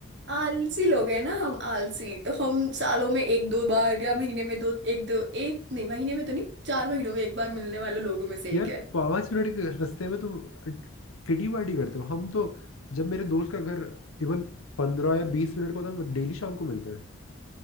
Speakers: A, on the right; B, on the left.
A: आलसी लोग हैं ना हम आलसी तो हम सालों में एक दो बार या महीने में दो एक दो एक नहीं महीने में तो नहीं चार महीनों में एक बार मिलने वाले लोगों में से
B: यार
A: एक है
B: पांच मिनट के रास्ते में तो किटी पार्टी करते हो हम तो जब मेरे दोस्त का घर इवन पंद्रह या बीस मिनट का होता है हम डेली शाम को मिलते हैं